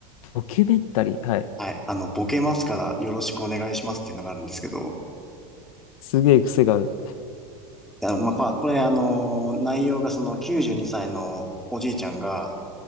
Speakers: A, on the left; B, in the centre.
A: ドキュメンタリー。はい。
B: はい。あの、ボケますからよろしくお願いしますっていうのがあるんですけど、
A: すげえ癖がある。
B: あの、まあ、まあこれ、あの、内容がその92歳のおじいちゃんが